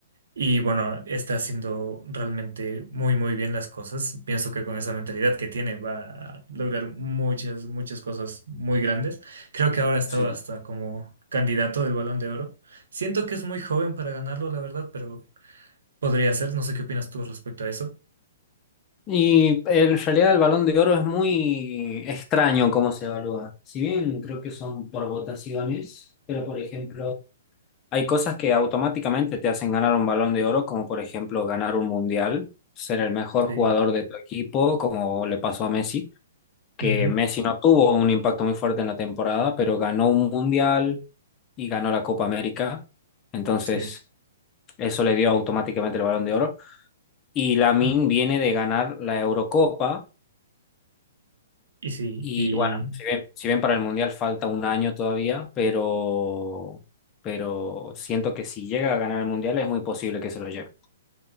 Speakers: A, on the right; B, on the left.
A: Y bueno, está haciendo realmente muy, muy bien las cosas. Pienso que con esa mentalidad que tiene va a lograr muchas, muchas cosas muy grandes. Creo que ahora estaba
B: sí.
A: hasta como candidato del Balón de Oro. Siento que es muy joven para ganarlo, la verdad, pero podría ser. No sé qué opinas tú respecto a eso.
B: Y en realidad el Balón de Oro es muy extraño cómo se evalúa. Si bien creo que son por votaciones, pero por ejemplo, hay cosas que automáticamente te hacen ganar un Balón de Oro, como por ejemplo ganar un mundial, ser el mejor
A: Sí,
B: jugador de tu equipo, como le pasó a Messi que
A: ujú,
B: Messi no tuvo un impacto muy fuerte en la temporada, pero ganó un mundial y ganó la Copa América. Entonces,
A: sí,
B: eso le dio automáticamente el Balón de Oro. Y Lamine
A: mm,
B: viene de ganar la Eurocopa.
A: y sí,
B: Y
A: y
B: bueno, si bien, si bien para el mundial falta un año todavía, pero, pero siento que si llega a ganar el mundial es muy posible que se lo lleve.